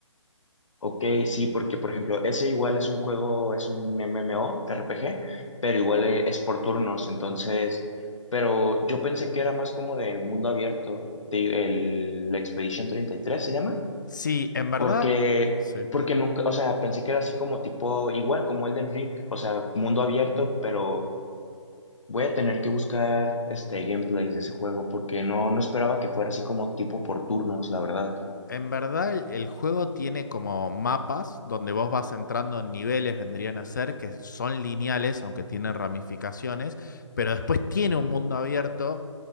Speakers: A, on the left; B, on the left.
A: Ok, sí, porque por ejemplo, ese igual es un juego, es un MMORPG, pero igual e- es por turnos, entonces, pero yo pensé que era más como de mundo abierto, de- el Expedition 33 se llama.
B: Sí, en verdad.
A: Porque,
B: Sí.
A: porque nunca, o sea, pensé que era así como tipo, igual como Elden Ring, o sea, mundo abierto, pero voy a tener que buscar este gameplay de ese juego porque no, no esperaba que fuera así como tipo por turnos, la verdad.
B: En verdad, el, el juego tiene como mapas donde vos vas entrando en niveles, vendrían a ser, que son lineales, aunque tienen ramificaciones, pero después tiene un mundo abierto